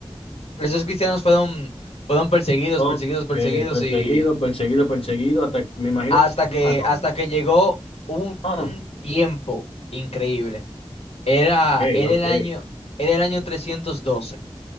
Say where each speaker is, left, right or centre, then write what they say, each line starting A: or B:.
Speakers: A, on the left; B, on the left.
A: esos cristianos fueron, fueron perseguidos,
B: Ok,
A: perseguidos, perseguidos
B: perseguido,
A: y
B: perseguido, perseguido, hasta que- me imagino
A: hasta
B: que llegaron
A: que,
B: a Roma.
A: hasta que llegó un
B: No, no,
A: tiempo increíble. Era,
B: ok,
A: era
B: ok.
A: el año, era el año trescientos doce